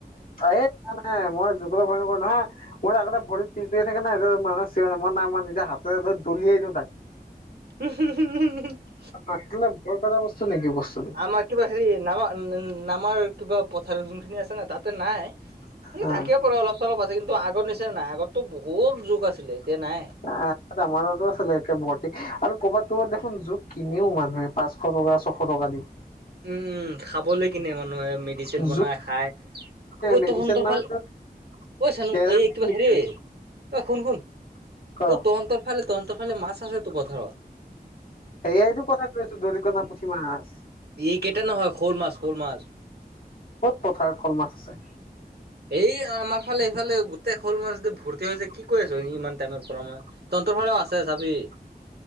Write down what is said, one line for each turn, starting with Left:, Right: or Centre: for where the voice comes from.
Left: নাই নাই মই জোকলৈ ভয় নকৰো নহয়। মোৰ আগতে ভৰিত পিৰপিৰাই থাকে ন' <unintelligible> মই নাই মই নিজে হাতেৰে ধৰি দলিয়াই দিওঁ তাক।
Right: <unintelligible>
Left: <unintelligible> ভয় কৰা বস্তু নেকি বচ
Right: আমাৰ কিবা হেৰি নামা নামাৰ কিবা পথাৰ যোনখিনি আছে ন' তাতে নাই।
Left: হা
Right: থাকিব পাৰে অলপ চলপ আছে, কিন্তু আগৰ নিচিনা নাই আগতে বহুত জোক আছিলে এতিয়া নাই।
Left: আ-আমাৰো আছিলে একে ভৰ্তি আৰু কৰ'ৰবাত ক'ৰবাত দেখোন জোক কিনেও মানুহে পাছ শ টকা ছশ টকা দি।
Right: উম, উম, খাবলৈ কিনে মানুহে মে <unintelligible> বনাই
Left: জোক
Right: খায়, অই
Left: মেডিচিন
Right: তহঁনতৰ
Left: মানে
Right: ফালে ঐ চানো
Left: থেৰাপি
Right: এই কিবা
Left: দিয়ে
Right: হেৰি, ঐ শুন শুন,
Left: ক
Right: এই তহন্তৰ ফালে তহন্তৰ ফালে মাছ আছেটো পথাৰত।
Left: সেয়াইতো কথা কৈ আছোঁ দৰিকনা, পুঠি মাছ।
Right: এই কেইটা নহয় শ'ল মাছ শ'ল মাছ।
Left: ক'ত পথাৰত শ'ল মাছ আছে?
Right: এই আমাৰ ফালে এইফালে গোটেই শ'ল মান যদি ভৰ্তি হৈছে কি কৈ আছোঁ এ, ইমান টাইমৰ পৰা মই। তহন্তৰ ফালেও আছে যাবি।